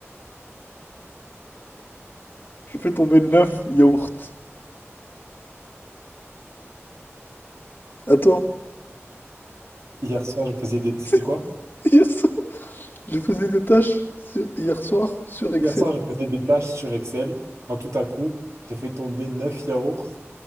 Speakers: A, on the left; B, on the right.
A: Je fais tomber 9 yaourts. Attends,
B: Hier soir, je faisais des...
A: <laughs>
B: C'était
A: c'est
B: quoi?
A: hier soir, je faisais des tâches sur- hier soir sur Excel.
B: Hier soir, je faisais des tâches sur Excel, quand tout à coup, j'ai fait tomber neuf yaourts